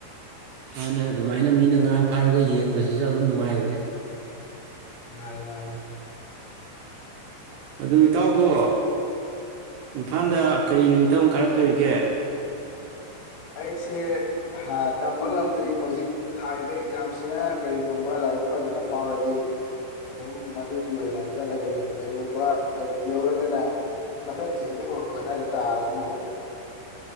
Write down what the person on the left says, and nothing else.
ꯃꯥꯅꯦ ꯃꯥꯅꯤ
ꯑꯩꯁꯦ ꯇꯝꯕ ꯉꯝꯗ꯭ꯔꯤ ꯍꯧꯖꯤꯛ ꯊꯥꯔꯤꯕ ꯑꯦꯛꯖꯥꯝꯁꯤꯅ ꯀꯔꯤꯒꯨꯝꯕ ꯂꯥꯏꯕꯛ ꯐꯗꯅ ꯐꯥꯎꯔꯗꯤ ꯑꯗꯨꯝ ꯃꯗꯨꯒꯤ ꯑꯣꯏꯅ ꯆꯠꯂꯒꯅꯤ ꯀꯔꯤꯒꯨꯝꯕ ꯂꯥꯏꯕꯛ ꯊꯤꯍꯧꯔꯒꯅ ꯃꯊꯪꯆꯍꯤꯒꯤ ꯍꯧꯔꯛꯄ ꯑꯗꯥꯏ ꯋꯥꯏꯗ ꯇꯥꯔꯅꯤꯕꯣ